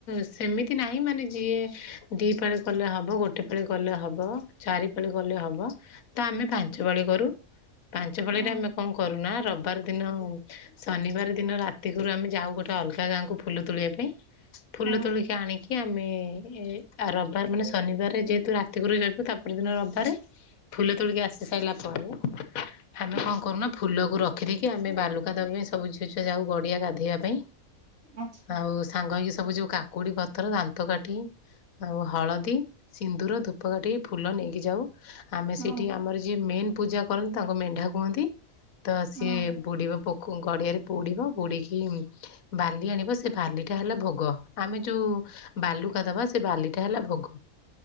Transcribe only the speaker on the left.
ସେମିତି ନାହିଁ ମାନେ ଯିଏ ଦି ପାଳି କଲେ ହବ, ଗୋଟେ ପାଳି କଲେ ହବ, ଚାରି ପାଳି କଲେ ହବ, ତ ଆମେ
ପାଞ୍ଚ ପାଳି କରୁ। ପାଞ୍ଚ ପାଳିରେ
ଆମେ କଣ କରୁନା ରବ୍ ରବବାର ଦିନ ଶନିବାର ଦିନ ରାତିକୁରୁ ଆମେ ଯାଉ ଗୋଟେ ଅଲଗା ଗାଁକୁ ଫୁଲ ତୋଳିବା ପାଇଁ ଫୁଲ
ତୋଳିକି ଆଣିକି ଆମେ ଏ ରବିବାର ମାନେ ଶନିବାରରେ ଯେହେତୁ ରାତିକରୁ ଯାଉଛୁ ତା ପରଦିନ ରବିବାରେ ଫୁଲ ତୋଳିକି ଆସି ସାଇଲା ପରେ ଆମେ
କଣ କରୁନା, ଫୁଲକୁ ରଖ ରଖିଦେଇକି ଆମେ ବାଲୁକା <unintelligible> ସବୁ ଝିଅ ଛୁଆ ଯାଉ ଗଡିଆ ଗାଧେଇଆ ପାଇଁ
ଆଉ ସାଙ୍ଗ ହେଇକି ସବୁ ଯୋଉ କାକୁଡି ପତ୍ର, ଦାନ୍ତ କାଠି ଆଉ ହଳଦୀ, ସିନ୍ଦୁର, ଧୂପକାଠି, ଫୁଲ ନେଇକି ଯାଉ ଆମେ
ସେଇଠି ଆମର ଯିଏ ମେନ୍ ପୂଜା କରନ୍ତି ତାଙ୍କ ମେଣ୍ଢା କୁହନ୍ତି। ତ ସିଏ
ବୁଡିବ ପୋଖ ଗଡିଆରେ ବୁଡିବ, ବୁଡିକି ବାଲି ଆଣିବ ସେ ବାଲିଟା ହେଲା ଭୋଗ। ଆମେ ଯୋଉ ବାଲୁକା ଦବା, ସେ ବାଲିଟା ହେଲା ଭୋଗ।